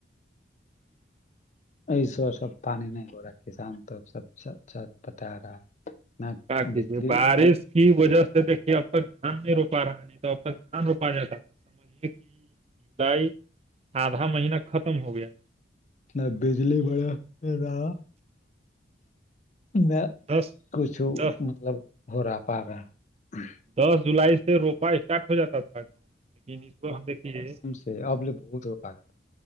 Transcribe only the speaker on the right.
<unintelligible>
باقی
بارش کی وجہ سے دیکھیے اب تک گھان نہیں رو پا رہا ہے نہیں تو اب تک گھان روپا جاتا تھا سمجے کہ ڈائی آدھا مہینہ ختم ہو گیا
دس
دس
دس جولائی سے روپا اسٹارٹ ہو جاتا تھا گاؤں میں لیکن اس وقت دیکھیے